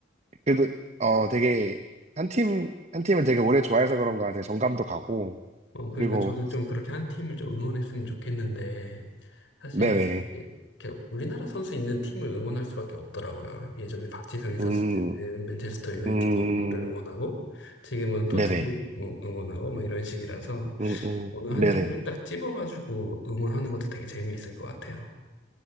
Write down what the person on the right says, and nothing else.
그래도, 어, 되게, 한 팀, 한 팀을 되게 오래 좋아해서 그런가 되게 정감도 가고,
그리고,
네네.
음,
음,
네네.
음, 음,
네네.